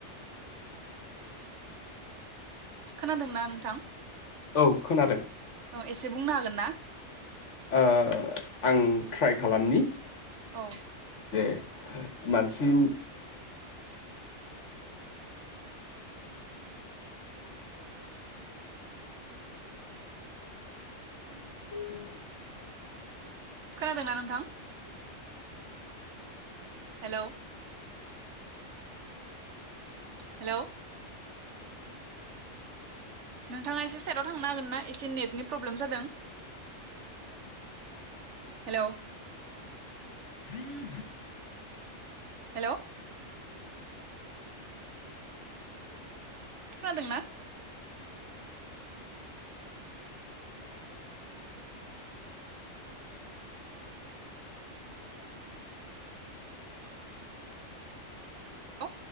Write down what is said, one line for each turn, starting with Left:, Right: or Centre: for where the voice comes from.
Right: खोनादोंना नोंथां।
Left: औ खोनादों।
Right: औ एसे बुंनो हागोन ना?
Left: ओ आं ट्राइ खालामनि
Right: औ
Left: जे मानसि <inaudible>
Right: खोनादोंना नोंथां। हेल' हेल' नोंथाङा एसे साइडआव थांनो हागोन ना एसे नेटनि प्रब्लेम जादों हेल'
Left: <unintelligible>
Right: हेल' खादोंना। औ